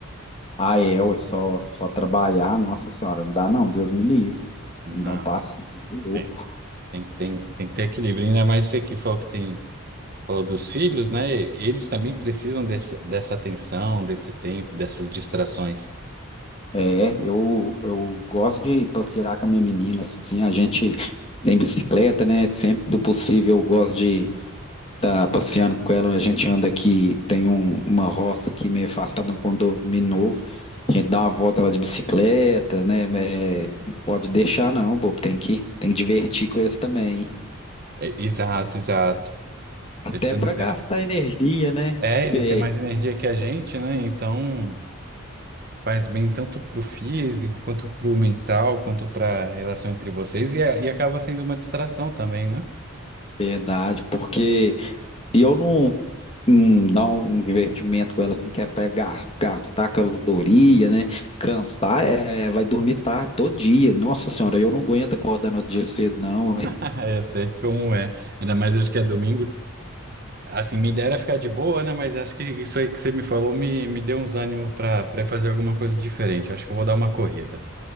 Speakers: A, on the left; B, on the right.
A: Ah, é, ué, só, só trabalhar, nossa senhora, não dá não, Deus me livre.
B: Não,
A: Tem que dar um passeio louco.
B: tem, tem, tem, tem que ter equilíbrio, ainda mais você que falou que tem, falou dos filhos, né? Eles também precisam desse, dessa atenção, desse tempo, dessas distrações.
A: É, eu, eu gosto de passear com a minha menina, assim, a gente tem bicicleta, né? Sempre do possível eu gosto de estar passeando com ela. A gente anda aqui, tem um- uma roça aqui meio afastada, um condomínio novo. A gente dá uma volta lá de bicicleta, né? É, não pode deixar não, bobo, tem que, tem que divertir com eles também, hein?
B: É, exato, exato.
A: Até
B: Eles têm,
A: para gastar
B: é,
A: energia, né?
B: é,
A: Porque
B: eles têm mais energia que a gente, né? Então faz bem tanto pro físico, quanto pro mental, quanto pra relação entre vocês, e, a- e acaba sendo uma distração também, né?
A: Verdade, porque e eu não, não dar um divertimento com ela assim, que é pra gar- gastar caloria, né? Cansar, é, vai dormir tarde todo dia. Nossa senhora, eu não aguento acordar no outro dia cedo, não.
B: <laughs> Eu sei como é. Ainda mais hoje que é domingo. Assim, minha ideia era ficar de boa, né? Mas acho que isso aí que você me falou me, me deu uns ânimos pra para fazer alguma coisa diferente. Acho que eu vou dar uma corrida.